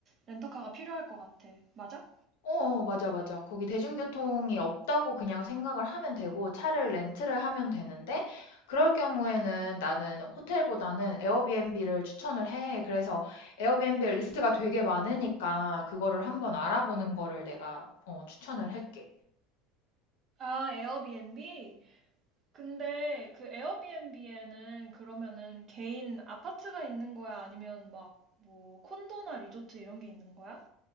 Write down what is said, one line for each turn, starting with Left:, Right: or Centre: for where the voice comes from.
Right: 렌터카가 필요할 것 같아. 맞아?
Left: 어 맞아, 맞아. 거기 대중교통이 없다고 그냥 생각을 하면 되고 차를 렌트를 하면 되는데 그럴 경우에는 나는 호텔보다는 에어비앤비를 추천을 해. 그래서 에어비앤비 리스트가 되게 많으니까 그거를 한번 알아보는 거를 내가 어, 추천을 할게.
Right: 아, 에어비앤비? 근데 그 에어비앤비에는 그러면은 개인 아파트가 있는 거야? 아니면 막 뭐 콘도나 리조트 이런 게 있는 거야?